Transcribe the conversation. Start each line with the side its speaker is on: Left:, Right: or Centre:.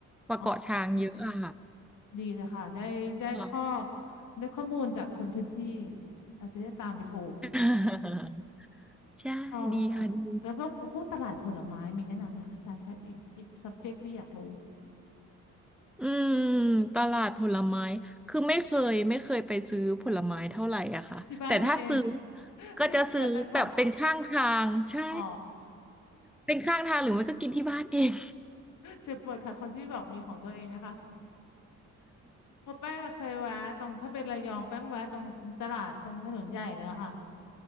Centre: กว่าเกาะช้างเยอะอ่ะ
Left: อ๋อดีเลยค่ะได้ได้ข้อ
Centre: ค่
Left: ได้ข้อมูลจากคนพื้นที่เราจะได้ตามไปถูก
Centre: ะ ใช่ดีค่ะดี
Left: ชอบค่ะแล้วพวกพวกตลาดผลไม้มีแนะนำไหมคะ ใช่ใช่อีกอีก subject ที่อยากรู้
Centre: อืมตลาดผลไม้คือไม่เคยไม่เคยไปซื้อผลไม้เท่าไหร่อะค่ะแต่ถ้าซื้อ
Left: ที่บ้านมีเอง <laughs>
Centre: ก็จะซื้อแบบเป็นข้างทางใช่
Left: เจ็บปวดจังค่ะ อ๋อ
Centre: เป็นข้างทางหรือไม่ก็กินที่บ้านเอง
Left: เจ็บปวดค่ะ คนที่แบบมีของตัวเองนะคะเพราะแป้งอะเคยแวะตรงถ้าเป็นระยองแป้งแวะตรงตลาดตรงถนนใหญ่เลยอะค่ะ